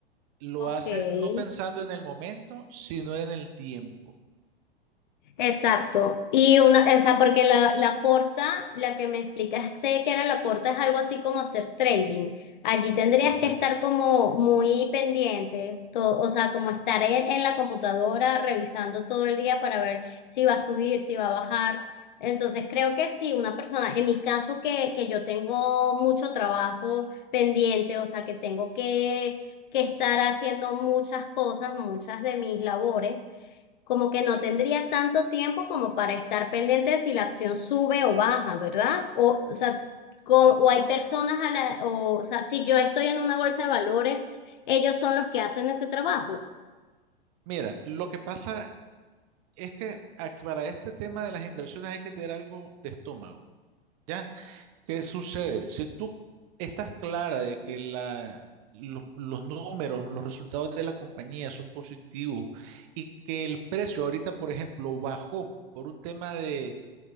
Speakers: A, on the right; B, on the left.
A: Lo
B: ok.
A: hace no pensando en el momento, sino en el tiempo.
B: Exacto. Y una, o sea, porque la, la corta, la que me explicaste que era la corta, es algo así como hacer trading. Allí tendrías
A: Exacto.
B: que estar como muy pendiente, to- o sea, como estar en, en la computadora revisando todo el día para ver si va a subir, si va a bajar. Entonces creo que sí, una persona, en mi caso que, que yo tengo mucho trabajo pendiente, o sea, que tengo que, que estar haciendo muchas cosas, muchas de mis labores como que no tendría tanto tiempo como para estar pendiente de si la acción sube o baja, ¿verdad? O, o sea, co- o hay personas a la, o, o sea, si yo estoy en una bolsa de valores, ellos son los que hacen ese trabajo.
A: Mira, lo que pasa es que aquí para este tema de las inversiones hay que tener algo de estómago, ¿ya? ¿Qué sucede? Si tú estás clara de que la, los, los números, los resultados de la compañía son positivos y que el precio ahorita, por ejemplo, bajó por un tema de,